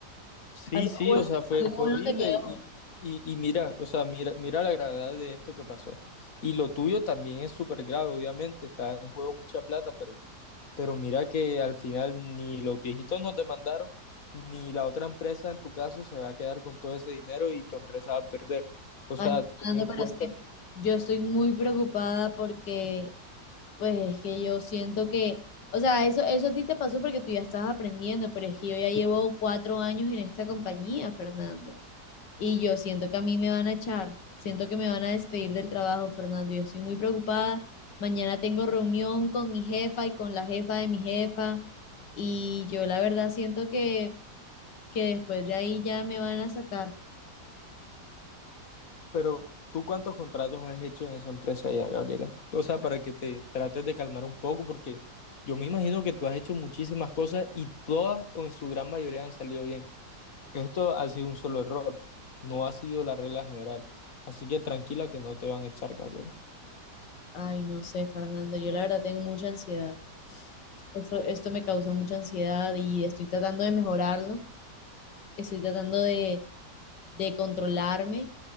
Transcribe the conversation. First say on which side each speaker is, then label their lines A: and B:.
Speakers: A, on the left (about 55°); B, on the left (about 85°).
A: Sí,
B: Algo
A: sí,
B: bueno,
A: o sea, fue,
B: algo
A: fue
B: bueno
A: horrible
B: te quedó.
A: y, y, y mira, o sea, mira, mira la gravedad de esto que pasó. Y lo tuyo también es súper grave, obviamente, está en juego mucha plata, pero Pero mira que al final ni los viejitos nos demandaron, ni la otra empresa en tu caso se va a quedar con todo ese dinero y tu empresa va a perder. O
B: Ay,
A: sea, ten
B: Fernando,
A: en
B: pero
A: cuenta
B: es que
A: que-
B: yo estoy muy preocupada porque, pues es que yo siento que, o sea, eso, eso a ti te pasó porque tú ya estabas aprendiendo, pero es que yo ya llevo cuatro años en esta compañía, Fernando. Y yo siento que a mí me van a echar, siento que me van a despedir del trabajo, Fernando. Yo estoy muy preocupada. Mañana tengo reunión con mi jefa y con la jefa de mi jefa. Y yo la verdad siento que, que después de ahí ya me van a sacar.
A: pero ¿tú cuántos contratos has hecho en esa empresa ya, Gabriela? O sea, para que te trates de calmar un poco, porque yo me imagino que tú has hecho muchísimas cosas y todas o en su gran mayoría han salido bien. Esto ha sido un solo error, no ha sido la regla general. Así que tranquila que no te van a echar, Gabriela.
B: Ay, no sé, Fernando, yo la verdad tengo mucha ansiedad. Esto, esto me causa mucha ansiedad y estoy tratando de mejorarlo. Estoy tratando de, de controlarme